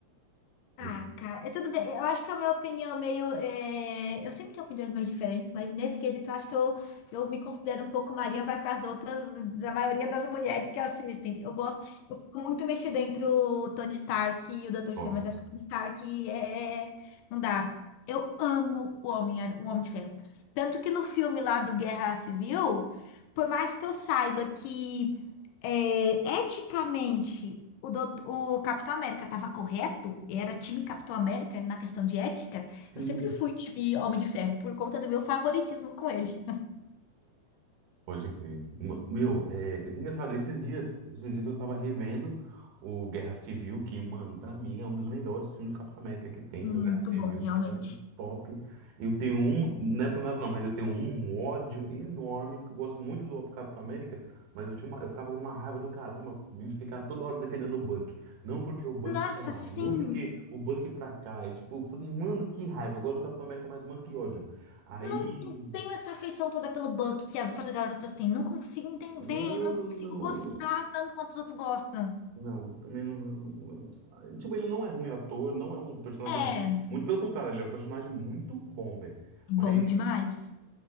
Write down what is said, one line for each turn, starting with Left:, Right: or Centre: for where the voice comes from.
Left: Ah,
Right: do
Left: cara, é tudo bem. Eu acho que a minha opinião é meio. é, Eu sempre tenho opiniões mais diferentes, mas nesse quesito eu acho que eu, eu me considero um pouco Maria vai com as outras, da maioria das mulheres que assistem. Eu gosto, eu fico muito mexida entre o Tony Stark e o Dr.
Right: top?
Left: Estranho, mas acho que o Tony Stark é. Não dá. Eu amo o Homem, o Homem de Ferro. Tanto que no filme lá do Guerra Civil, por mais que eu saiba que. É, eticamente, o, doutor- o Capitão América estava correto? Era time Capitão América na questão de ética?
Right: Sim,
Left: Eu sempre fui time Homem de Ferro por conta do meu favoritismo com ele.
Right: Pode crer. M- Meu, é engraçado, esses dias, esses dias eu tava revendo o Guerra Civil, que, mano, pra mim é um dos melhores filmes do Capitão América que tem,
Left: Muito
Right: o Guerra Civil,
Left: bom, realmente.
Right: muito top. Eu tenho um, não é por nada não, mas eu tenho um um ódio enorme, porque eu gosto muito do Capitão América, mas eu tinha uma, eu ficava numa raiva do caramba de ficar toda hora defendendo o Buck. Não porque o Buck
Left: Nossa,
Right: pra lá,
Left: sim.
Right: não porque o Buck é pra cá. E tipo, eu falei, mano, que raiva, eu gosto do Capitão América, mas mano, que ódio. Aí,
Left: Não não tenho essa afeição toda pelo Buck que as outras garotas têm. Não consigo entender,
Right: mano,
Left: não consigo
Right: não.
Left: gostar tanto quanto os outros gostam.
Right: Não, eu também não, não- não- não- Tipo, ele não é ruim ator, não é um personagem
Left: É
Right: ruim. Muito pelo contrário, ele é um personagem muito bom, velho.
Left: bom
Right: Mas,
Left: demais.